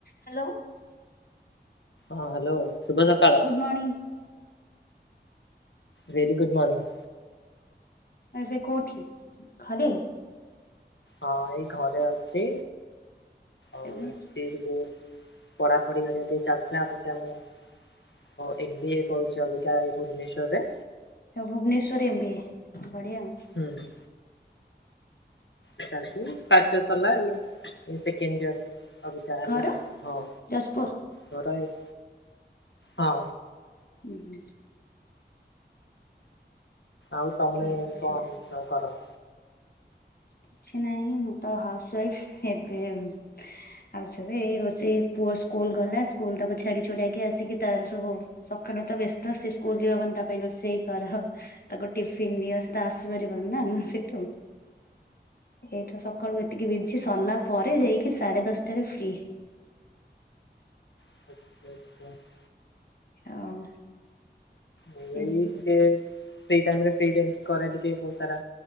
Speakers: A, on the left; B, on the left.
A: Hello.
B: ହଁ hello ଶୁଭ ସକାଳ।
A: ମଣିଙ୍ଗ୍।
B: Very good morning.
A: ଏବେ କୋଉଠି ଘରେ।
B: ହଁ ଏଇ ଘରେ ଅଛି ଆଉ
A: ଏବେ
B: ଏଇ ଯୋଗୁ ପଢାପଢି ଘରିକା ଟିକେ ଚାଲଚି ଆ ଭିତେରେ ମୁଁ ଓ ଏମ୍ ବି ଏ କରୁଚି ଅବିକା ଆଉ ଭୁବନେଶ୍ୱରରେ।
A: ଆଉ ଭୁବନେଶ୍ଵରରେ ଏମ୍ ବି ଏ ବଢିଆ ଉଁ।
B: ହୁଁ। ଚାଲିଚି ପାଷ୍ଟ୍ ଇଅର୍ ସରିଲା ଆଉ। ଏଇ ସେକେଣ୍ଡ ଇଅର୍ ଅବିକା ହେଲା
A: ଘର
B: ହଉ।
A: ଯାଜପୁର
B: ହଉ ରଇଲି ହଁ।
A: ଉଁ ହୁଁ।
B: ଆଉ ତମେ
A: ଠିକ ଅଛି
B: କଁ ସବୁ କର?
A: କିଛି ନାହିଁ ମୁଁ ତ ହାଉସ୍ ୱାଇଫ୍ ହେବେ ଉଁ ଆଉ ସବୁ ଏଇ ରୋଷେଇ ପୁଅ ସ୍କୁଲ ଗଲା ସ୍କୁଲ ତାକୁ ଛାଡି ଛୁଡାକି ଆସିକି ତାର ସବୁ ସକାଳୁ ତ ବେସ୍ତ ସେ ସ୍କୁଲ ଯିବ ମାନେ ତା ପାଇଁ ରୋଷେଇ କରା ହବ। ତାକୁ ଟିଫିିନ ଦିଅ ସେ ତ ଆସିପାରିବନି ନା ସେଠୁ। ଏଇଟା ସକାଳୁ ଏତିକି ବିଝି ସରିଲା ପରେ ଯାଇକି ସାଡେ ଦଶଟାରେ ଫ୍ରି।
B: <unintelligible>
A: ଆଉ
B: ମୁଁ
A: ଏମିତି
B: ଏଇ ଟିକେ ଫ୍ରି ଟାଇମରେ ଫ୍ରିଲ୍ୟାନ୍ସ କରେ ଟିକେ ବୋହୁତ ସାରା